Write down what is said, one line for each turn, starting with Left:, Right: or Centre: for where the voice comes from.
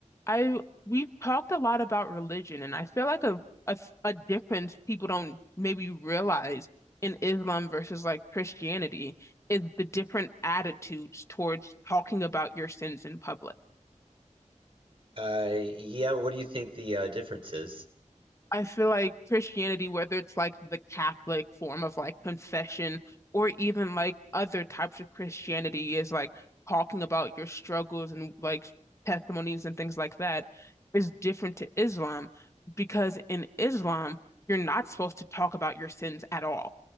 Left: I we've talked a lot about religion, and I feel like a a a difference people don't maybe realize in Islam versus like Christianity is the different attitudes towards talking about your sins in public.
Right: Uh, yeah, what do you think the uh, difference is?
Left: I feel like Christianity, whether it's like the Catholic form of like confession or even like other types of Christianity, is like talking about your struggles and like testimonies and things like that, is different to Islam because in Islam, you're not supposed to talk about your sins at all